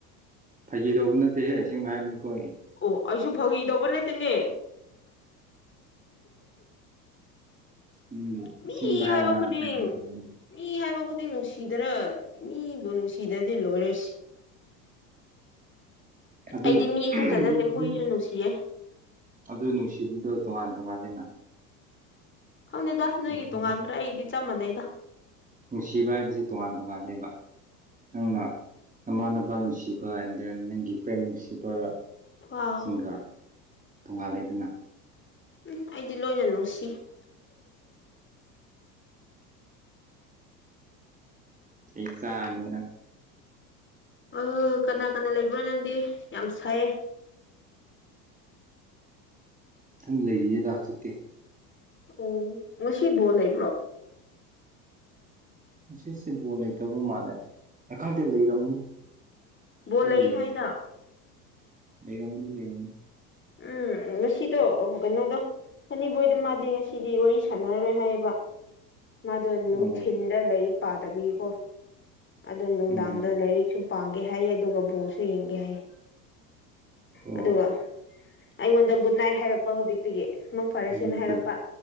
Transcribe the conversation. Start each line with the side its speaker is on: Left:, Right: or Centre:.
Right: ꯀꯤꯗꯧꯕ ꯅꯠꯇꯦꯍꯦ ꯑꯁꯦꯡꯕ ꯍꯥꯏꯕꯅꯤꯀꯣ ꯑꯩ
Left: ꯑꯣ ꯑꯩꯁꯨ ꯐꯥꯒꯤ ꯇꯧꯕ ꯅꯠꯇꯦꯅꯦ
Right: ꯎꯝ
Left: ꯃꯤ
Right: ꯑꯁꯤꯡꯕ
Left: ꯍꯥꯏꯕ
Right: ꯍꯥꯏꯔ ꯃꯥꯅ
Left: ꯈꯨꯗꯤꯡ
Right: <unintelligible>
Left: ꯃꯤ ꯍꯥꯏꯕ ꯈꯨꯗꯤꯡ ꯅꯨꯡꯁꯤꯗꯔ ꯃꯤꯕꯨ ꯅꯨꯡꯁꯤꯗ꯭ꯔꯗꯤ ꯂꯣꯏꯔꯦ ꯑꯁ
Right: ꯑꯗꯨ
Left: ꯑꯩꯗꯤ ꯃꯤ ꯈꯛꯇ ꯅꯠꯇꯦ
Right: ꯃꯤꯗꯨꯗꯤ
Left: ꯍꯨꯏꯁꯨ ꯅꯨꯡꯁꯤꯌꯦ
Right: ꯑꯗꯨ ꯅꯨꯡꯁꯤꯕꯗꯣ ꯇꯣꯉꯥꯟ ꯇꯣꯉꯥꯟꯂꯦꯅ
Left: ꯈꯪꯗꯦꯗ ꯅꯣꯏꯒꯤ
Right: ꯅꯨꯡꯁꯤꯕ
Left: ꯇꯣꯉꯥꯟꯕ꯭ꯔꯥ ꯑꯩꯒꯝꯗꯤ ꯆꯞ ꯃꯥꯟꯅꯩꯗ
Right: ꯅꯨꯡꯁꯤꯕ ꯍꯥꯏꯕꯁꯤ ꯇꯣꯉꯥꯟ ꯇꯣꯉꯥꯟꯂꯦꯕ ꯅꯪꯅ ꯃꯃꯥ ꯅꯄꯥ ꯅꯨꯡꯁꯤꯕ ꯑꯦꯟ ꯗꯦꯟ ꯅꯪꯒꯤ ꯐ꯭ꯔꯦꯟ ꯅꯨꯡꯁꯤꯕ
Left: ꯋꯥꯎ
Right: ꯁꯤꯡꯒ ꯇꯣꯉꯥꯜꯂꯦꯗꯅ
Left: ꯎꯝ ꯑꯩꯗꯤ ꯂꯣꯏꯅ ꯅꯨꯡꯁꯤ
Right: ꯆꯩ ꯆꯥꯅꯤ ꯅꯪ
Left: ꯑꯣ ꯀꯅꯥ ꯀꯅꯥ ꯂꯩꯕ꯭ꯔꯣ ꯅꯪꯗꯤ ꯌꯥꯝ ꯁꯥꯏꯌꯦ
Right: ꯏꯊꯟ ꯂꯩꯔꯤꯌꯦꯗ ꯍꯧꯖꯤꯛꯇꯤ
Left: ꯑꯣ ꯉꯁꯤ ꯕꯣꯜ ꯂꯩꯕ꯭ꯔꯣ
Right: ꯉꯁꯤꯁꯦ ꯕꯣꯜ ꯂꯩꯇꯕ ꯃꯥꯜꯂꯦ ꯈꯪꯗꯦ ꯂꯩꯔꯝꯒꯅꯤ
Left: ꯕꯣꯜ
Right: ꯑꯩ
Left: ꯂꯩ
Right: ꯌꯦꯡꯗꯦ
Left: ꯍꯥꯏꯗ
Right: ꯂꯩꯔꯝꯒꯅꯤ ꯂꯩꯔꯝꯒꯅꯤ
Left: ꯎꯝ ꯉꯁꯤꯗꯣ ꯀꯩꯅꯣꯗꯣ ꯍꯅꯤꯕꯣꯏꯗꯣ ꯃꯥꯗꯤ ꯉꯁꯤꯗꯤ ꯋꯥꯔꯤ ꯁꯥꯟꯅꯔꯔꯣꯏ ꯍꯥꯏꯌꯦꯕ ꯃꯥꯗꯣ ꯅꯨꯡꯊꯤꯟꯗ
Right: ꯑꯣ
Left: ꯂꯥꯏꯔꯤꯛ ꯄꯥꯗꯕꯒꯤꯀꯣ ꯑꯗꯣ ꯅꯨꯡꯗꯥꯡꯗꯣ
Right: ꯎꯝ
Left: ꯂꯥꯏꯔꯤꯛꯁꯨ ꯄꯥꯒꯦ ꯍꯥꯏꯌꯦ ꯑꯗꯨꯒ ꯕꯣꯜꯁꯨ ꯌꯦꯡꯒꯦ ꯍꯥꯏꯌꯦ
Right: ꯑꯣ
Left: ꯑꯗꯨꯒ ꯑꯩꯉꯣꯟꯗ ꯒꯨꯗ ꯅꯥꯏꯠ ꯍꯥꯏꯔꯛꯄ ꯍꯧꯖꯤꯛꯇꯒꯤ ꯃꯪ ꯐꯔꯁꯦꯅ
Right: ꯎꯝ
Left: ꯍꯥꯏꯔꯛꯄ
Right: ꯀꯔꯤ